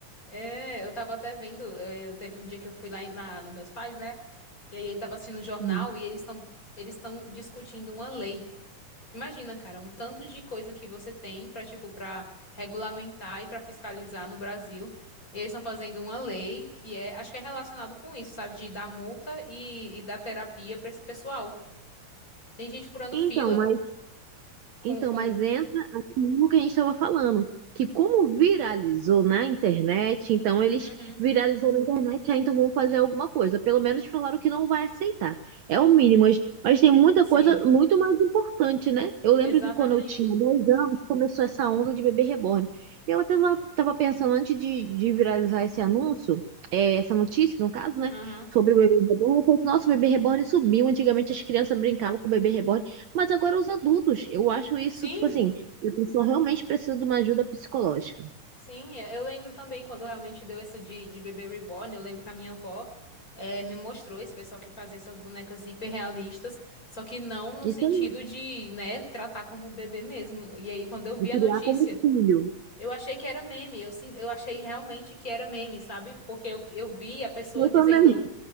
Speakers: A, on the left; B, on the right.
A: É, eu tava até vendo. eh, Eu, teve um dia que eu fui lá em- na, nos meus pais, né? E aí ele tava assistindo o jornal
B: assim.
A: e eles estão eles estão discutindo uma lei. Imagina, cara, um tanto de coisa que você tem pra, tipo, pra regulamentar e pra fiscalizar no Brasil. E eles estão fazendo uma lei que é, acho que é relacionado com isso, sabe? De dar multa e, e dar terapia pra esse pessoal. Tem gente furando
B: Então,
A: fila
B: mas
A: com,
B: Então,
A: com...
B: mas entra aquilo que a gente estava falando, que como viralizou na internet, então eles
A: Uhum.
B: viralizou na internet, ah, então vão fazer alguma coisa. Pelo menos falaram que não vai aceitar. É o mínimo, mas, mas tem muita
A: Sim,
B: coisa muito mais importante, né? Eu lembro
A: exatamente.
B: que quando eu tinha 10 anos, começou essa onda de bebê reborn. Eu até estava pensando, antes de, de viralizar esse anúncio, é, essa notícia, no caso, né,
A: Aham.
B: sobre o bebê reborn, eu pensei, nossa, o bebê reborn subiu. Antigamente as crianças brincavam com o bebê reborn. Mas agora os adultos, eu acho isso,
A: Sim,
B: tipo assim, a pessoa realmente precisa de uma ajuda psicológica.
A: sim, é, eu lembro também quando realmente deu essa de, de bebê reborn, eu lembro que a minha avó eh, me mostrou esse pessoal que fazia essas bonecas hiperrealistas, só que não no
B: Isso
A: sentido
B: aí,
A: de, né, tratar como bebê mesmo. E aí, quando eu vi
B: de criar
A: a notícia,
B: como filho.
A: eu achei que era meme, eu, sim, eu achei realmente que era meme, sabe? Porque eu, eu vi a pessoa
B: Eu
A: dizendo.
B: também,